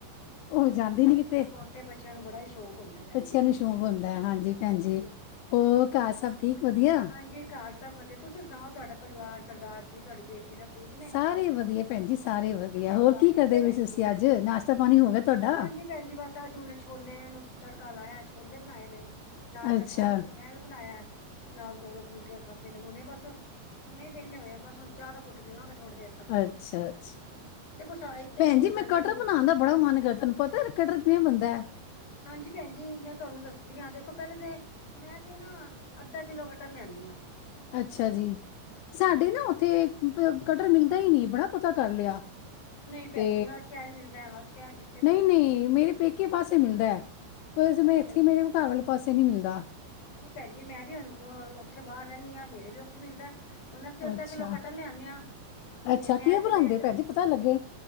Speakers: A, on the left (about 80°); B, on the left (about 45°).
A: ਉਹ ਜਾਂਦੀ ਨੀ ਕਿਤੇ।
B: ਕਈ ਬੱਚਿਆਂ ਨੂੰ ਬੜਾ ਹੀ ਸ਼ੌਕ ਹੁੰਦਾ ਭੈਣ
A: ਬੱਚਿਆਂ
B: ਜੀ, ਕਿ
A: ਨੂੰ
B: ਕਰ
A: ਸ਼ੌਕ ਹੁੰਦਾ ਹੈ ਹਾਂਜੀ
B: ਹੋਰ
A: ਭੈਣ
B: ਕੀ
A: ਜੀ
B: ਹਾਂਜੀ
A: ਹੋਰ
B: ਹ ਹਾਂਜੀ,
A: ਘਰ ਸਭ ਠੀਕ ਵਧੀਆ
B: ਹਾਂਜੀ। ਘਰ ਸਭ ਵਧੀਆ ਤੁਸੀਂ ਸੁਣਾਓ ਤੁਹਾਡਾ ਪਰਿਵਾਰ ਸਰਦਾਰ ਜੀ ਤੁਹਾਡੀ ਬੇਟੀ ਸਭ ਠੀਕ ਏ।
A: ਸਾਰੇ ਵਧੀਆ ਭੈਣ ਜੀ ਸਾਰੇ ਵਧੀਆ
B: ਕੰਮ
A: ਹੋਰ
B: ਕਾਰ
A: ਕੀ
B: ਠੀਕ
A: ਕਰਦਾ
B: ਹੈ ਭੈਣ
A: ਪਏ ਸੀ।
B: ਜੀ
A: ਤੁਸੀਂ ਅੱਜ ਨਾਸ਼ਤਾ ਪਾਣੀ ਹੋ ਗਿਆ। ਤੁਹਾਡਾ
B: ਹਾਂਜੀ ਭੈਣਜੀ ਬਸ ਅੱਜ ਉਹਨੇ ਛੋਲੇ ਨੂੰ ਤੜਕਾ ਲਾਇਆ ਛੋਲੇ ਬਣਾਏ ਨੇ ਨਾਲ
A: ਅੱਛਾ
B: ਕਠੈਲ ਲ ਬਣਾਇਆ। ਨਾਲ ਦੋ ਦੋ ਫੁਲਕੇ ਖਾਧਦੇ ਨੇ ਹੁਣੇ ਬਸ ਹੁਣੇ ਵਿਹਲੇ ਹੋਏ ਆ ਬਸ ਹੁਣ ਚਾਹ ਦਾ ਘੁੱਟ ਪੀਵਾਂਗੇ ਥੋੜ੍ਹੀ ਦੇਰ ਤੱਕ
A: ਅੱਛਾ-ਅੱਛਾ
B: ਦੇਖੋ ਸਾਈ ਤੇ
A: ਭੈਣ
B: ਇੰਨੀ
A: ਜੀ
B: ਗਰਮੀ
A: ਮੈਂ ਕਟਟਰ ਬਣਾਉਣ ਦਾ ਬੜਾ ਮਨ ਕਰਦਾ ਪਤਾ ਕਟਰਰ ਕਿਵੇਂ ਬੰਦਾ
B: ਹਾਂਜੀ ਭੈਣ ਜੀ। ਮੈਂ ਤੁਹਾਨੂੰ ਦੱਸਦੀ ਹਾਂ ਦੇਖੋ ਪਹਿਲੇ ਤੇ ਮੈਂ ਤੇ ਨਾ ਅੱਧਾ ਕਿੱਲੋ ਕੱਟਰ ਲਿਆਨੀ ਆਂ।
A: ਅੱਛਾ ਜੀ, ਸਾਡੇ ਨਾ ਉੱਥੇ ਕਟਰ ਮਿਲਦਾ ਹੀ ਨਹੀ ਬੜਾ ਪਤਾ ਕਰ ਲਿਆ।
B: ਨਹੀਂ ਭੈਣ
A: ਤੇ
B: ਜੀ ਹਰ ਸ਼ਹਿਰ ਮਿਲਦਾ ਹੈ, ਹਰ ਸ਼ਹਿਰ ਜਿੱਥੇ ਮਰਜ਼ੀ
A: ਨਹੀਂ-ਨਹੀਂ ਮੇਰੇ ਪੇਕੇ ਇੱਕੀ ਪਾਸੇ ਮਿਲਦੈ ਵੈਸੇ ਮੈ
B: ਅੱਛਾ
A: ਇੱਥੇ ਮੇਰੇ ਕੋ ਘਰ ਵਾਲੇ ਪਾਸੇ ਨੀ ਮਿਲਦਾ।
B: ਨਈ ਭੈਨਜੀ ਮੈਂ ਵੀ ਹੁਨ ਓਥੇ ਬਾਰ ਰੈਨੀ ਆਂ ਮੇਰੇ ਵੀ ਓਥੇ ਮਿਲਦੈ। ਹੁਣ ਅਸੀ ਅੱਧਾ
A: ਅੱਛਾ
B: ਕਿੱਲੋ ਕਟਲ ਲਿਆਨੇ ਆਂ ਤੇ
A: ਅੱਛਾ
B: ਮੈਂ
A: ਕੀ ਬਣਾਉਂਦੇ
B: ਤੇ ਮੇਰੇ
A: ਭੈਣ ਜੀ ਪਤਾ ਲੱਗੇ